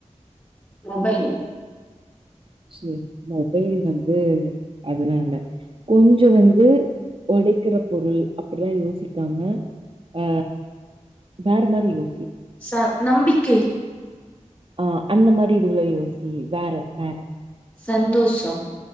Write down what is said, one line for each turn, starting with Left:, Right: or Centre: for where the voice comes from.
Left: மொபைல்
Right: சே மொபைல் வந்து அதெல்லா இல்ல கொஞ்செ வந்து ஒடைக்கிற பொருள் அப்டில்லா யோசிக்காம ஆ வேற மாரி யோசி
Left: ச நம்பிக்கை
Right: ஆ அந்த மாரி இதுவுள யோசி வேற வேற
Left: சந்தோஷம்